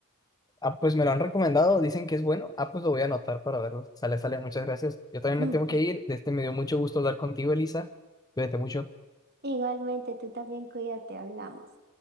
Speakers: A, on the left; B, on the right.
A: Ah, pues me lo han recomendado. Dicen que es bueno. Ah, pues lo voy a anotar para verlo. Sale, sale. Muchas gracias. Yo también
B: <laughs>
A: me tengo que ir. Este me dio mucho gusto hablar contigo, Elisa. Cuídate mucho.
B: Igualmente, tú también cuídate, hablamos.